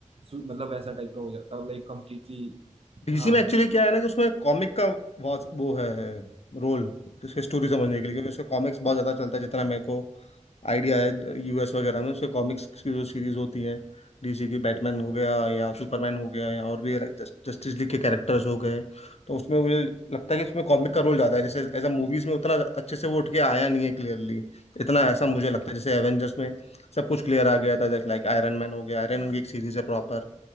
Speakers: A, on the right; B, on the left.
A: सु- मतलब वैसा टाइप का हो जाता लाइक कंप्लीटली
B: डीसी
A: हाँ
B: में एक्चुअली क्या है ना कि उसमें कॉमिक का बहुत वो है रोल उसकी स्टोरी समझने के लिए क्योंकि उसके कॉमिक्स बहुत ज्यादा चलता है जितना मेरे को आइडिया है यूएस वगैरह में उसके कॉमिक्स की जो सीरीज होती है डीसी की बैटमैन हो गया या सुपरमैन हो गया या और भी जस्टिस लीग के कैरेक्टर्स हो गए तो उसमें मुझे लगता है कि उसमें कॉमिक का रोल ज्यादा है जैसे एज अ मूवीज में उतना अच्छे से वो उठ के आया नहीं है क्लियरली इतना ऐसा मुझे लगता है जैसे एवेंजर्स में सब कुछ क्लियर आ गया था जैसे लाइक आयरन मैन हो गया आयरन मैन की एक सीरीज है प्रॉपर